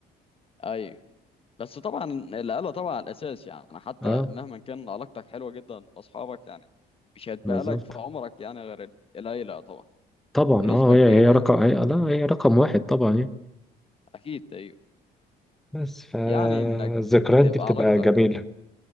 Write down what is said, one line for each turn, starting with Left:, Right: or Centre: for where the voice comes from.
Left: ايوه بس طبعا العيلة طبعا الأساس يعني حتى
Centre: اه
Left: مهما كان علاقتك حلوة جدا بأصحابك يعني مش هتبقى
Centre: بالظبط
Left: لك في عمرك يعني غير ال- العيلة طبعا
Centre: طبعا
Left: بنسبة
Centre: اه هي
Left: كبيرة
Centre: هي
Left: يعني
Centre: رقم هي لا هي رقم واحد طبعا يعني
Left: أكيد أيوه
Centre: بس فالذكريات
Left: يعني إنك تبقى
Centre: دي بتبقى
Left: علاقتك
Centre: جميلة